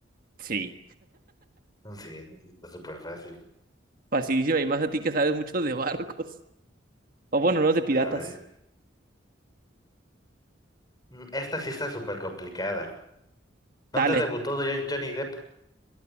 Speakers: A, on the right; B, on the left.
A: Sí.
B: Sí, está súper fácil.
A: Facilísima, y más a ti que sabes mucho de barcos. O bueno, no de piratas.
B: A ver. Mm, Esta sí está súper complicada.
A: Dale.
B: ¿Dónde debutó John- Johnny Depp?